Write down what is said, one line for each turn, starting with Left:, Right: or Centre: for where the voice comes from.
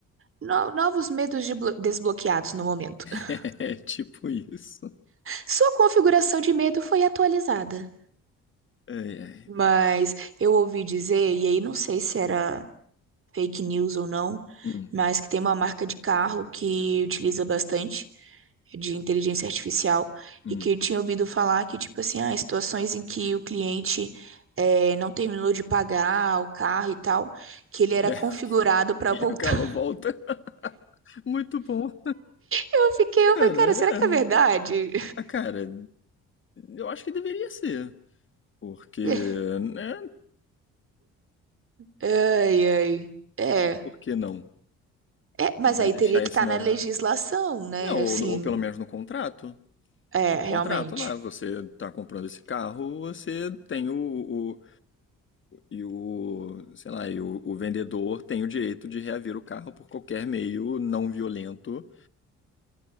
Right: No- Novos medos de blo- desbloqueados no momento. <laughs>
Left: <laughs> É tipo isso.
Right: Sua configuração de medo foi atualizada.
Left: Ai, ai.
Right: Mas eu ouvi dizer, e aí não sei se era fake news ou não,
Left: Hum,
Right: mas que tem uma marca de carro que utiliza bastante de inteligência artificial
Left: hum.
Right: e que eu tinha ouvido falar que, tipo assim, ah, situações em que o cliente eh, não terminou de pagar o carro e tal, que ele
Left: E,
Right: era
Left: aí,
Right: configurado
Left: <laughs>
Right: para
Left: e
Right: voltar.
Left: o carro volta.
Right: <laughs>
Left: Muito bom.
Right: Eu fiquei, eu
Left: Cara,
Right: falei, cara, será que é verdade?
Left: é... ah, cara, eu acho que deveria ser. Porque,
Right: <laughs>
Left: né?
Right: Ai, ai. É,
Left: Por que não?
Right: é, mas
Left: Vai
Right: aí
Left: deixar
Right: teria que
Left: isso
Right: estar
Left: na.
Right: na legislação, né?
Left: Não, ou,
Right: Assim,
Left: ou pelo menos no contrato.
Right: é,
Left: Tá no
Right: realmente.
Left: contrato lá, você tá comprando esse carro, você tem o, o, E o, sei lá, e o, o vendedor tem o direito de reaver o carro por qualquer meio não violento,